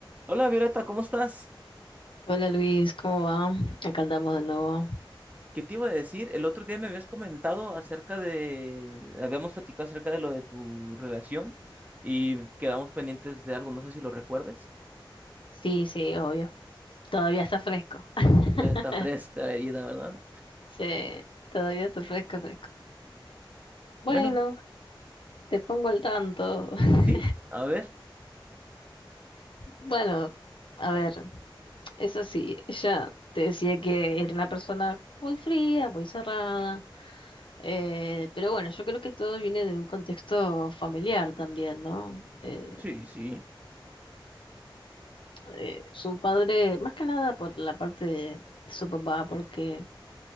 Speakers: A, on the right; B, on the left.
A: Hola Violeta, ¿cómo estás?
B: Hola Luis, ¿cómo va? Acá andamos de nuevo.
A: ¿Qué te iba a decir? El otro día me habías comentado acerca de, habíamos platicado acerca de lo de tu relación y quedamos pendientes de algo, no sé si lo recuerdes.
B: Sí, sí, obvio. Todavía está fresco. <laughs>
A: Todavía Está fresca la herida, ¿verdad?
B: Sí, todavía está fresco, fresco. Bueno,
A: Bueno,
B: te pongo al tanto. <laughs>
A: sí, a ver,
B: Bueno, a ver, eso sí, ella te decía que era una persona muy fría, muy cerrada. eh, pero bueno, yo creo que todo viene de un contexto familiar también, ¿no? Eh,
A: sí, sí,
B: eh, su padre, más que nada por la parte de su papá, porque